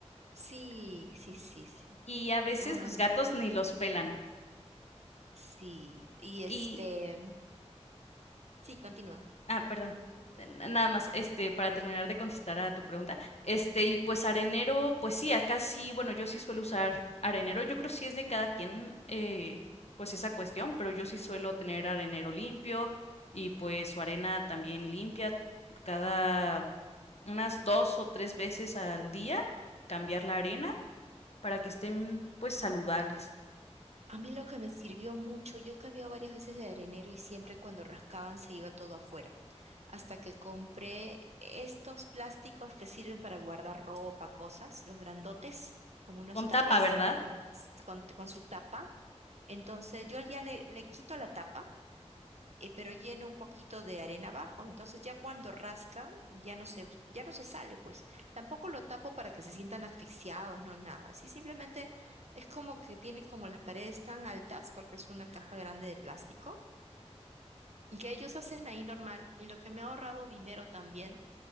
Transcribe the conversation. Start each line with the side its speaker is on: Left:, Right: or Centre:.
Right: Sí, sí, sí, sí.
Left: y a veces
Right: Ah,
Left: los gatos ni los pelan.
Right: sí. Y este,
Left: Y
Right: sí, continúa.
Left: Ah, perdón. N- Nada más, este, para terminar de contestar a tu pregunta, este, y pues arenero, pues sí, acá sí, bueno, yo sí suelo usar arenero, yo creo sí es de cada quien, eh, pues esa cuestión, pero yo sí suelo tener arenero limpio y pues su arena también limpia cada unas dos o tres veces al día, cambiar la arena para que estén pues saludables.
Right: A mí lo que me sirvió mucho, yo he cambiado varias veces de arenero y siempre cuando rascaban se iba todo afuera. hasta que compré estos plásticos que sirven para guardar ropa, cosas, los grandotes, como unos
Left: Con
Right: tuppers
Left: tapa, ¿verdad?
Right: gran- s- con, con su tapa. Entonces yo ya le, le quito la tapa, eh, pero lleno un poquito de arena abajo. Entonces ya cuando rascan, ya no se, ya no se sale, pues. Tampoco lo tapo para que se sientan asfixiados, no nada. Así simplemente es como que tiene como las paredes tan altas, porque es una caja grande de plástico, y que ellos hacen ahí normal. Y lo que me ha ahorrado dinero también